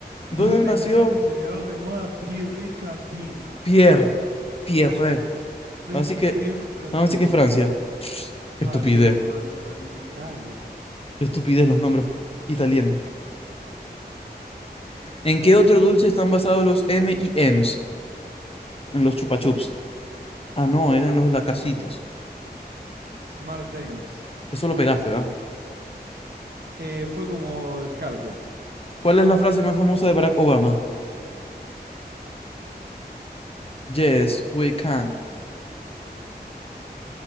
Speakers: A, on the left; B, on the right.
A: ¿Dónde
B: ¿Dónde
A: nació
B: nació el diseñador de moda Pierre Cardin?
A: Pierre? Pierre.
B: Per-
A: Así que,
B: Pierre Cardin.
A: así que Francia. Qué
B: Ah,
A: estupidez.
B: yo dije Francia también. Italia.
A: Qué estupidez los nombres italianos. ¿En qué otro dulce están basados los M y M's? En los chupachups. Ah, no, eran los lacasitos.
B: Smartains.
A: Eso lo pegaste, ¿verdad?
B: Eh, fue como descarte.
A: ¿Cuál es la frase más famosa de Barack Obama? Yes, we can.